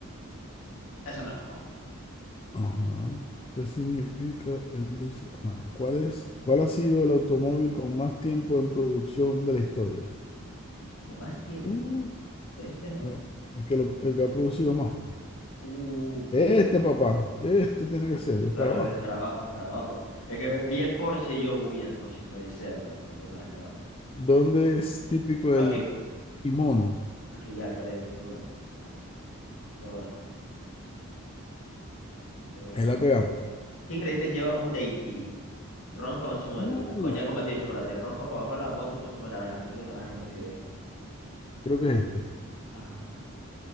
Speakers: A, on the left; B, on the left.
A: Esa me mola.
B: Ajá. ¿Qué significa el dicho Ajá. ¿Cuál es, cuál ha sido el automóvil con más tiempo en producción de la historia?
A: Con más tiempo.
B: Uh,
A: Este, ¿no?
B: que- el que, lo- el que ha producido más. pues.
A: Uh, pero...
B: Este,
A: ya
B: papá. Este tiene que ser, el
A: Claro,
B: carabajo.
A: el escarabajo, escarabajo. Es que vi el Porsche y yo, uy, el Porsche puede ser, pero, pero no, el escarabajo.
B: ¿Dónde es típico
A: Aquí,
B: el kimono?
A: aquí, ya, ya le di, de una. Japón, de una, de una,
B: Ahí
A: de
B: la
A: una.
B: pegamos.
A: ¿Qué ingredientes lleva un daiquiri? Ron con zumo
B: Uh,
A: de lima, coñac con batido de chocolate, ron con Coca-Cola, vodka con zumo de naranja. No tengo ni la más remota idea.
B: creo que es este.
A: Ah,